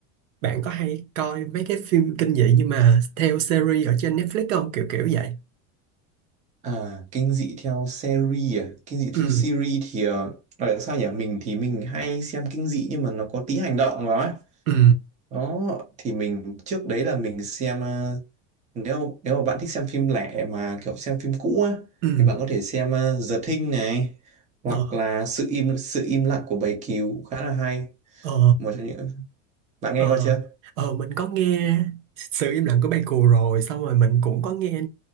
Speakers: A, on the right; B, on the right.
A: bạn có hay coi mấy cái phim kinh dị nhưng mà theo series ở trên Netflix không? Kiểu kiểu vậy.
B: à kinh dị theo series à kinh dị
A: Ừ.
B: theo series thì ờ, gọi là sao nhỉ mình thì mình hay xem kinh dị nhưng mà nó có tí hành động vào ấy.
A: ừ
B: Đó, thì mình trước đấy là mình xem ờ, nếu nếu mà bạn thích xem phim lẻ mà kiểu xem phim cũ á
A: ừ
B: thì bạn có thể xem ờ, The Thing này hoặc
A: ờ
B: là sự im sự im lặng của bầy cừu khá là hay
A: ờ
B: một trong những bạn nghe
A: ờ
B: coi chưa
A: ờ mình có nghe sự im lặng của bài cù rồi xong rồi mình cũng có nghe